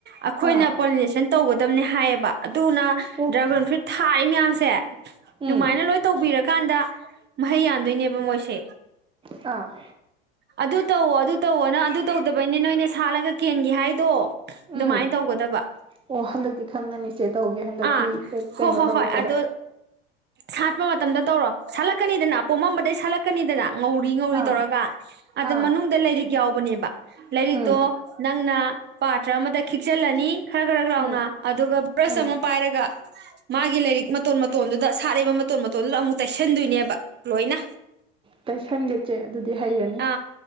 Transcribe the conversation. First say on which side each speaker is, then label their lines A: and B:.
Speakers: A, on the right; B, on the right.
A: ꯑꯩꯈꯣꯏꯅ
B: ꯑꯥ ꯑꯥ
A: ꯄꯣꯂꯤꯅꯦꯁꯟ ꯇꯧꯕ ꯇꯝꯅꯦ ꯍꯥꯏꯌꯦꯕ ꯑꯗꯨꯅ
B: ꯑꯣ
A: ꯗ꯭ꯔꯥꯒꯟ ꯐ꯭ꯔꯨꯏꯠ ꯊꯥꯔꯤ ꯃꯌꯥꯝꯁꯦ ꯇꯦ
B: ꯎꯝ
A: ꯑꯗꯨꯃꯥꯏꯅ ꯂꯣꯏ ꯇꯧꯕꯤꯔꯀꯥꯟꯗ ꯃꯍꯩ ꯌꯥꯟꯗꯣꯏꯅꯦꯕ ꯃꯣꯏꯁꯦ
B: ꯑꯥ
A: ꯑꯗꯨ ꯇꯧꯋꯣ ꯑꯗꯨ ꯇꯧꯋꯣ ꯅꯪ ꯑꯗꯨ ꯇꯧꯗꯕꯩꯅꯦ ꯅꯣꯏꯅ ꯁꯥꯠꯂꯒ ꯀꯦꯟꯒꯤ ꯍꯥꯏꯗꯣ
B: ꯎꯝ
A: ꯑꯗꯨꯃꯥꯏꯅ ꯇꯧꯒꯗꯕ
B: ꯑꯣ ꯍꯟꯗꯛꯇꯤ ꯈꯪꯉꯅꯤ ꯆꯦ ꯇꯧꯒꯦ ꯍꯟꯗꯛꯀꯤ
A: ꯑꯥ
B: ꯍꯦꯛ ꯀꯩꯅꯣ
A: ꯍꯣ ꯍꯣꯏ
B: ꯇꯧꯔꯛꯄꯗ
A: ꯍꯣꯏ ꯑꯗ ꯁꯥꯠꯄ ꯃꯇꯝꯗ ꯇꯧꯔꯣ ꯁꯥꯠꯂꯛꯀꯅꯤꯗꯅ ꯄꯣꯝꯃꯝꯕꯗꯒꯤ ꯁꯥꯠꯂꯛꯀꯅꯤꯗꯅ ꯉꯧꯔꯤ ꯉꯧꯔꯤ
B: ꯑꯥ
A: ꯇꯧꯔꯒ ꯑꯗꯨ
B: ꯑꯥ
A: ꯃꯅꯨꯡꯗ ꯂꯩꯔꯤꯛ ꯌꯥꯎꯕꯅꯦꯕ ꯂꯥꯏꯔꯤꯛꯇꯣ
B: ꯎꯝ
A: ꯅꯪꯅ ꯄꯥꯇ꯭ꯔ ꯑꯃꯗ ꯈꯤꯛꯆꯜꯂꯅꯤ ꯈꯔꯥ ꯈꯔꯥꯛ ꯂꯥꯎꯅ
B: ꯎꯝ
A: ꯑꯗꯨꯒ ꯕ꯭ꯔꯁ
B: ꯎꯝ
A: ꯑꯃ ꯄꯥꯏꯔꯒ ꯃꯥꯒꯤ ꯂꯥꯏꯔꯤꯛ ꯃꯇꯣꯟ ꯃꯇꯣꯟꯗꯨꯗ ꯁꯥꯛꯂꯤꯕ ꯃꯇꯣꯟ ꯃꯇꯣꯟꯗꯨꯗ ꯑꯃꯨꯛ ꯇꯩꯁꯟꯗꯣꯏꯅꯦꯕ ꯂꯣꯏꯅ
B: ꯇꯩꯁꯟꯒꯦ ꯆꯦ ꯑꯗꯨꯗꯤ ꯍꯩꯔꯅꯤ
A: ꯑ